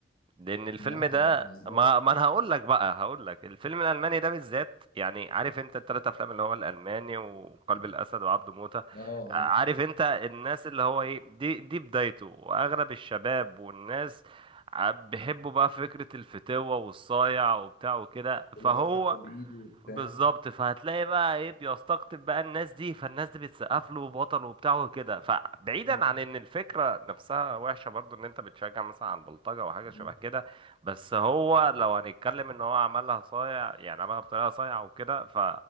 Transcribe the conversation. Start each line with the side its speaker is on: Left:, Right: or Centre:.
Right: لان الفيلم
Left: لا
Right: ده
Left: ما تهزرش
Right: ما ما انا هقول لك بقى هقول لك الفيلم الالماني ده بالذات يعني عارف انت التلات افلام اللي هو الالماني وقلب الاسد وعبده موتة
Left: اه آه.
Right: عارف انت الناس اللي هو ايه دي دي بدايته واغلب الشباب والناس ع- بيحبوا بقى فكرة الفتوة والصايع وبتاع وكده
Left: اللي
Right: فهو
Left: بياخد حقه بايده وبتاع
Right: بالظبط فهتلاقي بقى ايه بيستقطب بقى الناس دي فالناس دي بتسقف له بطل وبتاع وكده فبعيدا
Left: مم.
Right: عن ان الفكره نفسها وحشه برضو ان انت بتشجع مثلا على البلطجه وحاجه
Left: مم.
Right: شبه كده بس هو لو هنتكلم ان هو عملها صايع يعني عملها بطريقه صايعه وكده ف